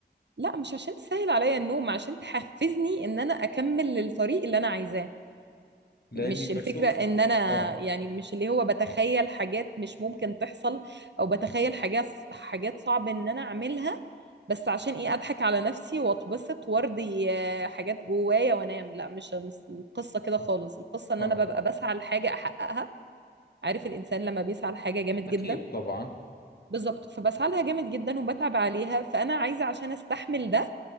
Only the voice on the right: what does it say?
لا مش عشان تسهل عليا النوم عشان تحفزني ان انا اكمل الطريق اللي انا عايزاه
مش
الفكرة ان انا
يعني مش اللي هو بتخيل حاجات مش ممكن تحصل او بتخيل حاجات حاجات صعب ان انا اعملها بس عشان ايه اضحك على نفسي واتبسط وارضي آه، حاجات جوايا وانام لا مش الس- القصة كده خالص القصة ان
انا ببقى بسعى لحاجة احققها عارف الانسان لما بيسعى لحاجة جامد
جدا
بالظبط فبسعى لها جامد جدا وبتعب عليها فانا عايزة عشان استحمل ده